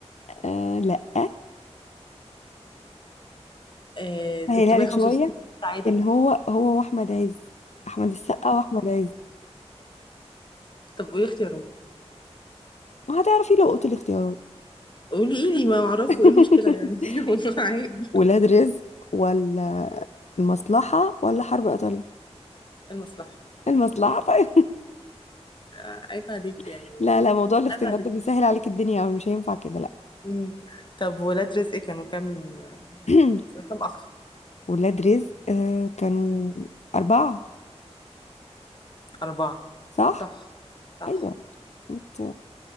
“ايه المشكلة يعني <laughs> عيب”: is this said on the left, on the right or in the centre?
Left